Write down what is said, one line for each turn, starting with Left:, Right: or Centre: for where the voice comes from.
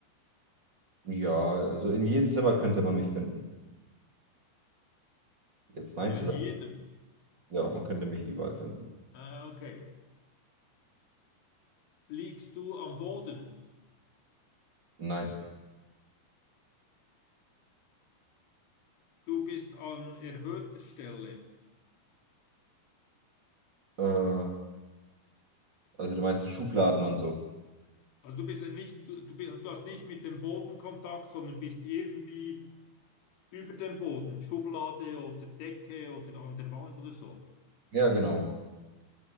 Right: Ja, also in jedem Zimmer könnte man mich finden. Jetzt nein
Left: an
Right: zu sagen,
Left: jedem.
Right: ja, man könnte mich überall finden.
Left: Ah, okay. Liegst du am Boden?
Right: Nein.
Left: Du bist an erhöhter Stelle.
Right: Äh, also du meinst Schubladen und so.
Left: Also du bist nicht, du, du bist, du hast nicht mit dem Boden Kontakt, sondern bist irgendwie über dem Boden, Schublade oder Decke oder an der Wand oder so.
Right: Ja, genau.